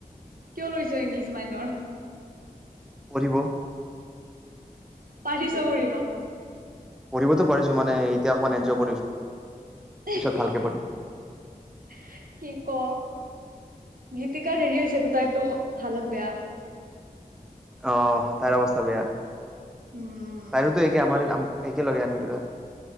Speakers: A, on the right (about 65°); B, in the centre.
A: কিয় লৈছো ইংলিছ মাইনৰ?
B: পঢ়িব
A: পাৰিছ পঢ়িব
B: পঢ়িবতো পাৰিছো মানে এতিয়া অকমান এনজয় কৰিছো।
A: কি
B: পিছত ভালকে পঢ়িম।
A: ক গীতিকাৰা হেৰি হৈছে টো তাইতটো হালত বেয়া।
B: অ তাইৰ অৱস্থা বেয়া
A: উম
B: তাইৰোতো একে আমাৰ একে লগে আমি